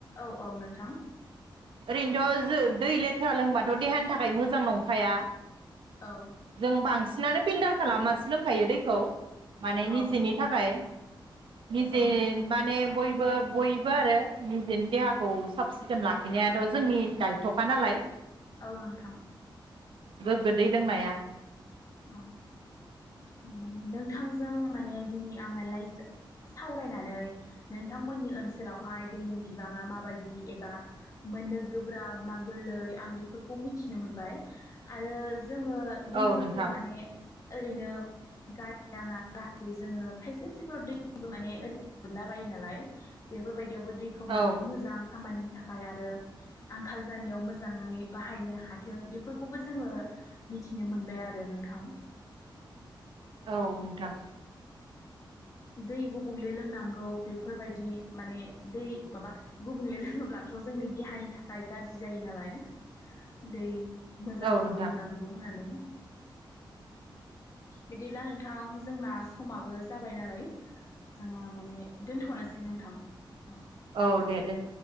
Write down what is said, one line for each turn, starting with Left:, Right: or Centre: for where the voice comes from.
Left: औ औ नोंथां
Right: ओरैनोथ' जो दै लेथ्रा लोंबाथ' देहानि थाखाय मोजां नंखाया।
Left: औ
Right: जों बांसिनानो फिल्टार खालामनासो लोंखायो दैखौ माने निजेनि
Left: औ
Right: थाखाय निजे
Left: औ नोंथां
Right: माने बयबो बयबो आरो निजेनि देहाखौ साब सिखोन लाख खिनायाथ' जोंनि दायथ'खा नालाय।
Left: औ नोंथां
Right: गोग्गो दै लोंनाया
Left: औ माने नोंथांजों माने दिनै आङो <unintelligible> सावरायनानै नोंथांमोननि ओनसोलावहाय दैनि‌ बिबाङा माबायदि एबा मोननो गोब्राब ना गोरलै आं बेफोरखौ मिथिनो मोनबाय आरो जोङो दैफोरखौ
Right: औ नोंथां
Left: माने ओरैनो गारि नाङा जाहाथे जोङो खायसे खसेफोराव दैबो माने ओरैनो मोनला बायो नालाय बेफोरबायदि यावबो दैखौ माने
Right: औ
Left: मोजां खामानिनि थाखाय थाखाय आरो आंखाल जानायाव मोजाङै बाहायनो हाथों बेफोरखौबो जोङो मिथिनो मोनबाय आरो नोथां
Right: औ नोंथां
Left: दै गुबुंले लोंनांगौ बेफोरबायदि माने दै माबा गुबुंले लोङोब्लाथ' जोंनि देहानि थाखाय गाज्रि जायो नालाय दै मोजांखौ
Right: औ नोंथां
Left: लोंनांगौ होननानै <inaudible> बिदिब्ला नोंथां जोंना समाबो जाबाय नालाय जोङो माने दोनथ'नोसै नोंथां औ
Right: औ दे दोन